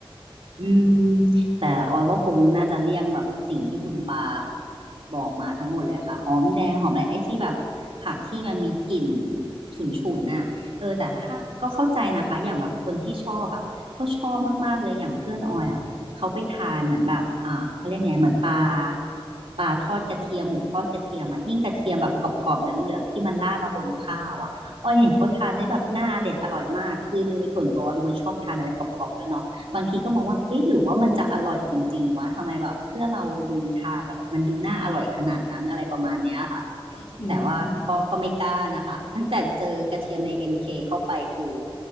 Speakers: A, on the right; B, on the left.
A: อืมแต่ออยก็คงน่าจะเลี่ยงแบบสิ่งที่คุณปาบอกมาทั้งหมดเลยค่ะหอมแดงหอมอะไรไอ้ที่แบบผักที่มันมีกลิ่นฉุนฉุนน่ะเออแต่ถ้าก็เข้าใจนะคะอย่างแบบคนที่ชอบอ่ะก็ชอบมากๆเลยอย่างเพื่อนออยอ่ะเขาไปทานเหมือนแบบอ่าเขาเรียกไงเหมือนปลาปลาทอดกระเทียมหมูทอดกระเทียมอ่ะยิ่งกระเทียมแบบกรอบๆเหลืองๆที่มันราดมาบนข้าวอ่ะออยเห็นเขาทานได้แบบน่าอร่อยมากคือโดยส่วนตัวออยเป็นคนชอบทานอะไรกรอบๆแล้วยเนาะ บางทีก็มองว่าเฮ้ยหรือว่ามันจะอร่อยจริงๆวะทำไมแบบเพื่อเราดูทานแบบมันดูน่าอร่อยขนาดนั้นอะไรประมาณเนี้ยค่ะ
B: อืม
A: แต่ว่าก็ก็ไม่กล้านะคะตั้งแต่เจอกระเทียมใน MK เคเข้าไปคือ